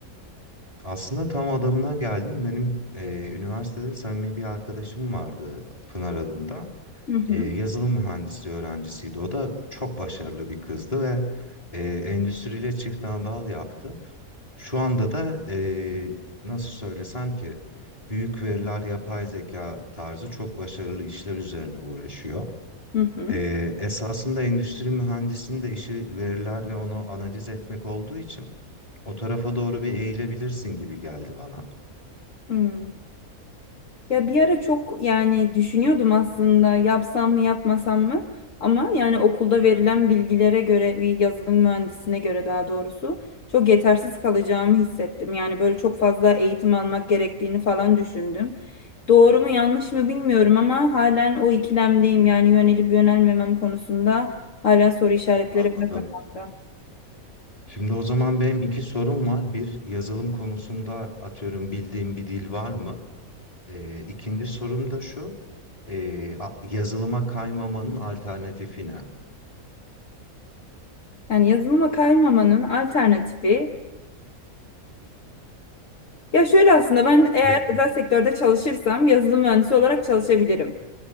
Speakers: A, on the left; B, on the left.
A: aslında tam adamına geldin. Benim e, üniversitede samimi bir arkadaşım vardı, Pınar adında.
B: Hı hı,
A: E, yazılım mühendisliği öğrencisiydi. O da çok başarılı bir kızdı ve e, endüstriyle çift dal yaptı. Şu anda da e, nasıl söylesem ki büyük veriler, yapay zeka tarzı çok başarılı işler üzerine uğraşıyor.
B: hı hı.
A: Ee, esasında endüstri mühendisinin de işi veriler ve onu analiz etmek olduğu için o tarafa doğru bir eğilebilirsin gibi geldi bana.
B: Hmm. Ya bir ara çok yani düşünüyordum aslında yapsam mı yapmasam mı ama yani okulda verilen bilgilere göre bir yazılım mühendisine göre daha doğrusu çok yetersiz kalacağımı hissettim. Yani böyle çok fazla eğitim almak gerektiğini falan düşündüm. Doğru mu yanlış mı bilmiyorum ama halen o ikilemdeyim yani yönelip yönelmemem konusunda hala soru işaretleri
A: Anladım.
B: bile kafamda.
A: Şimdi o zaman benim iki sorum var. Bir, yazılım konusunda atıyorum bildiğim bir dil var mı? Ee, ikinci sorum da şu. Ee, a- yazılıma kaymamanın alternatifi ne?
B: Yani yazılıma kaymamanın alternatifi ya şöyle aslında ben eğer
A: Ya-
B: özel sektörde çalışırsam yazılım mühendisi olarak çalışabilirim.